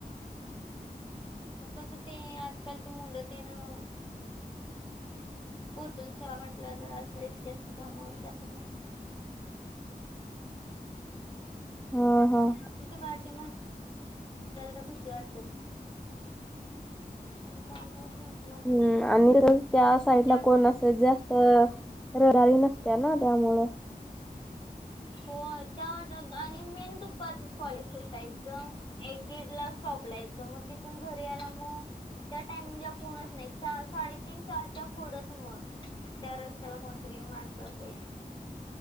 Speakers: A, on the left; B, in the centre.
A: मग कसं ते आजकालची मुलं तेनं. कोतुल म्हटलं ज असच जास्ती थांब जास्त काही नाही.
B: हां हां.
A: तिची कार्टी मग भीती वाटते हो त्यामुळच म्हंटल.
B: हम्म आणि त्या साइड ला कोण
A: दोन
B: अस जास्त तर रडारी नसत्या ना त्यामुळं.
A: हो त्या वा आणि मेन दुपारच कॉलेज सुटायचं. एक दीड ला स्टॉप लायचं मग तिथून घरी यायला मग त्या टायमिंगला कोणच नाही चार साडेतीन चारच्या पुढंच मग. त्या रस्त्याला कोणतरी माणसं असायची.